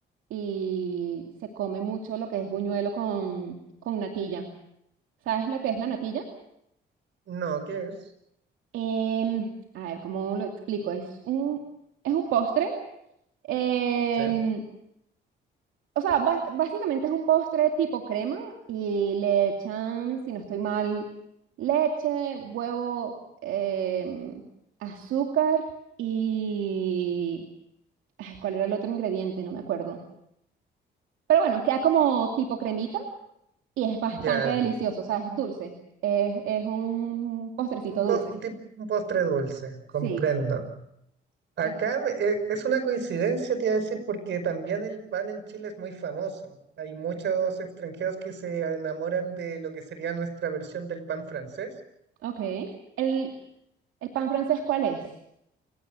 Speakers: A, on the right; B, on the right.
A: y se come mucho lo que es buñuelo con, con natilla. ¿Sabes lo que es la natilla?
B: No, ¿qué es?
A: Em, a ver, ¿cómo lo explico? Es un, es un postre. em,
B: Ya,
A: O sea, bas- básicamente es un postre tipo crema y le echan, si no estoy mal, leche, huevo, em, azúcar y... Ay, ¿cuál era el otro ingrediente? No me acuerdo. Pero bueno, queda como tipo cremita y es bastante
B: ya.
A: delicioso, o sea, es dulce. Es, es un postrecito
B: Un, po-
A: dulce.
B: un tip- un postre dulce, comprendo.
A: Sí.
B: Acá
A: Es,
B: eh, es una coincidencia, te iba a decir, porque también el pan en Chile es muy famoso. Hay muchos extranjeros que se enamoran de lo que sería nuestra versión del pan francés.
A: ok. ¿El, el pan francés cuál es?